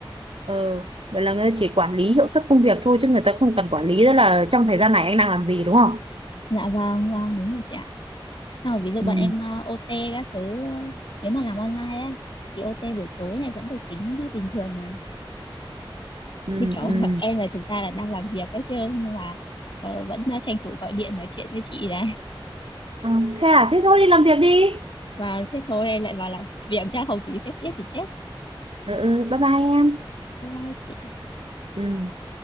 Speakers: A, on the right; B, on the left.
A: Ờ, vậy là người ta chỉ quản lý hiệu suất công việc thôi chứ người ta không cần quản lý đó là trong thời gian này anh đang làm gì đúng không?
B: dạ vâng vâng đúng rồi chị ạ Xong rồi ví dụ
A: Ừ.
B: bọn em ờ, OT các thứ ờ, nếu mà làm online ấy thì OT buổi tối này vẫn được tính như bình thường mà
A: Ừ,
B: như kiểu
A: ừ.
B: <laughs> em là thực ra là đang làm việc ấy chứ nhưng mà ờ, vẫn ờ, tranh thủ gọi điện nói chuyện với chị đã
A: Ờ, thế à, thế thôi đi làm việc đi.
B: và thế thôi em lại vào làm việc nhá không tí sếp biết thì chết
A: Ừ, ừ, bye bye em.
B: bye bye chị
A: Ừ.